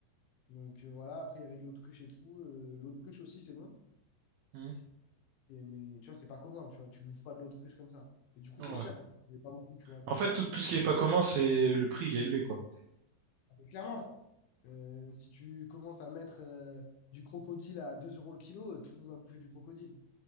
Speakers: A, on the left; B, on the right.
A: Donc euh, voilà, après il y avait de l'autruche et tout. Euh, l'autruche aussi, c'est bon.
B: Mhm.
A: Et, mais tu vois, c'est pas commun, tu vois. Tu bouffes pas de l'autruche comme ça. Mais du coup, c'est
B: Ouais.
A: cher, du coup, t'avais pas beaucoup, tu vois. T'avais
B: En fait,
A: un
B: tout,
A: petit.
B: tout ce qui est pas commun, c'est le prix, il est élevé, quoi.
A: Mais clairement, euh, si tu commences à mettre euh, du crocodile à 2 euros le kilo, euh, tout le monde va bouffer du crocodile.